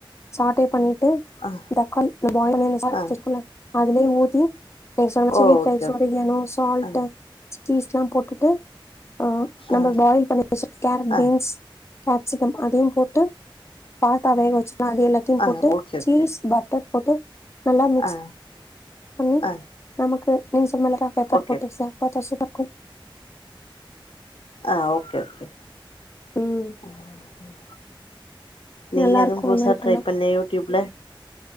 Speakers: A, on the left (about 30°); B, on the left (about 80°).
A: சாட்டே பண்ணி டு
B: ஆ
A: தக்காளி இந்த பாயில்
B: ஆ
A: <unintelligible> அதுலே ஊத்தி <unintelligible>
B: ஓ ஓகே ஓகே ஆ
A: டு சீஸ்ல்லாம் போட்டுட்டு அஹ் நம்ம
B: ஆ
A: பாயில் பண்ணி வச்சி இருக்க கேரட்
B: ஆ
A: பீன்ஸ் காப்சிகம் அதையும் போட் டு பாத்தா வேக வச்சோல்ல அது எல்லாத்தையும் போட்டு
B: ஆ ஓகே ஓகே
A: சீஸ் பட்டர் போட்டு நல்லா மிக்ஸ்
B: ஆ
A: பண்ணி
B: ஆ
A: நமக்கு மிளகா பெப்பர்
B: ஓகே
A: போட்டு <unintelligible>
B: ஆ ஓகே ஓகே
A: ம்
B: உஹம் நீங்க
A: நல்லா
B: எதுவும்
A: இருக்கு
B: புதுசா
A: இது மாரி பண்ணா
B: ட்ரை பண்ணே யூ டியூப்ல